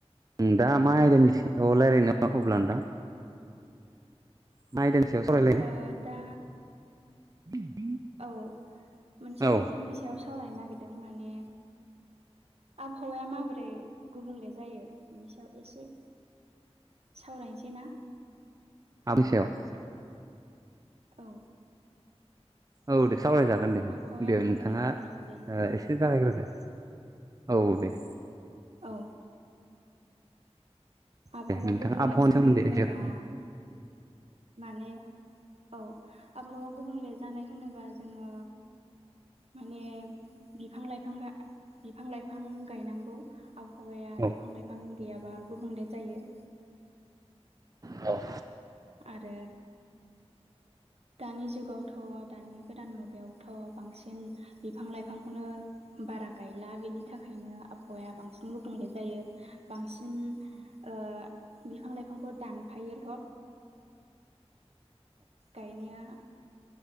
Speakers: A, on the right (about 35°); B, on the right (about 70°).
A: उम दा मा आयदानि सायाव लायरायनो अब्ला नोंथां मा आयदानि
B: ओ दा
A: <unintelligible>
B: औ मोनसे
A: औ
B: टपिकनि सायाव सावरायनो नागिरदों माने आबहावाया माबोरै गुबुंले जायो बिनि सायाव एसे सावरायनोसै ना
A: <unintelligible>
B: औ
A: औ दे सावरायजागोन दे
B: आबहावाया
A: दे
B: माबोरै
A: नोंथाङा
B: गुबुंले जायो औ
A: एसे जागायग्रोदो औ दे
B: औ आबहावा
A: दे नोंथाङा
B: गुबुंले
A: आबहावानि
B: जानाय
A: सोमोन्दै
B: होनोब्ला
A: एसे औ
B: माने औ आबहावा गुबुंले जानाय होनोबा जोङो माने बिफां लाइफां गाय- बिफां लाइफां गायनांगौ आबहावाया
A: औ
B: बिफां लाइफां गैयाबा गुबुंले जायो।
A: औ
B: आरो दानि जुगावथ' दानि गोदान मुगायावथ' बांसिन बिफां लाइफांखौनो बारा गायला बेनि थाखायनो आबहावाया बांसिन गुबुंले जायो बांसिन ओ बिफां लाइफांखौ दानफायोल'। गायनाया